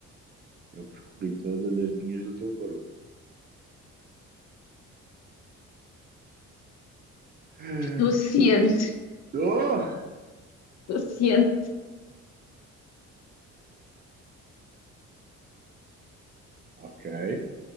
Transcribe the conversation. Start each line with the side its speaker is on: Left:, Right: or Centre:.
Right: Eu percorri todas as linhas do teu corpo. <gasps>
Left: estou ciente, <laughs>
Right: Oh!
Left: estou ciente.
Right: Ok.